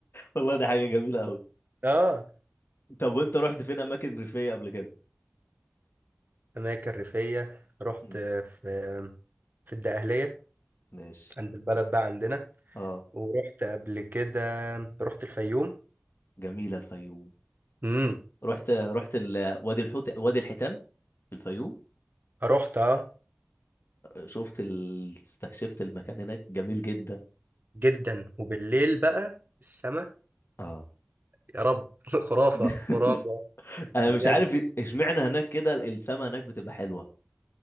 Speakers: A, on the left; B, on the right.
A: والله ده حاجه جميله قوي
B: اه
A: طب وانت رحت فين اماكن ريفيه قبل كده
B: اماكن ريفيه رحت
A: مم.
B: في في الدقهليه
A: ماشي
B: عند البلد بقى عندنا
A: اه
B: ورحت قبل كده رحت الفيوم
A: جميله الفيوم
B: امم
A: رحت رحت ال... وادي الحوت وادي الحيتان في الفيوم
B: رحت اه
A: شفت ال... استكشفت المكان هناك جميل جدا
B: جدا وبالليل بقى السماء
A: اه
B: يا رب <laughs> خرافة
A: <laughs>
B: خرافة
A: انا
B: بجد
A: مش عارف اشمعنى هناك كده السما هناك بتبقى حلوه